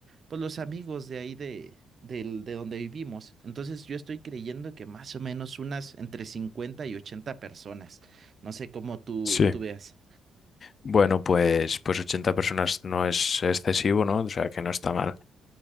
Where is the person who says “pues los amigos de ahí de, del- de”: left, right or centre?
Right